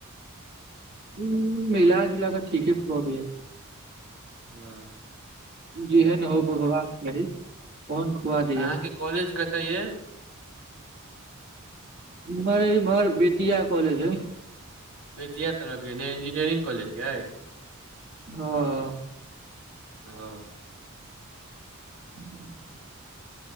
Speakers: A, on the right; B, on the right.
A: हूं मिलाजुला कऽ ठीके खुआबैया।
B: हँ
A: जेहन हो होबाक चाही ओहन खुआ दैया।
B: अहाँके कॉलेज कत य
A: हमर मर बेतिया कॉलज हैय।
B: बे तिय तरफ ने इंजीनियरिंग कॉज य
A: हाँ
B: ह
A: <inaudible>